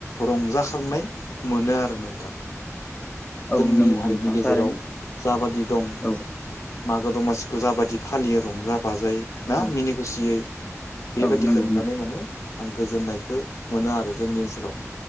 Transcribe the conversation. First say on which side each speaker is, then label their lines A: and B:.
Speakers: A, on the left (about 70°); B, on the left (about 25°).
A: रंजाखांनाय मोनो आरो नों
B: औ
A: जोंनि
B: नंगौ
A: हारिनि
B: नोंथां
A: गेजेराव
B: थारैनो
A: जाबादि दं।
B: औ
A: मागो दमासिखौ जाबायदि फालियो रंजा बाजायै ना
B: औ
A: मिनि खुसियै बेबायादिखौ
B: औ नंगौ
A: नुनानै माने आं गोजोननायखौ मोनो आरो जोंनि ओनसोलाव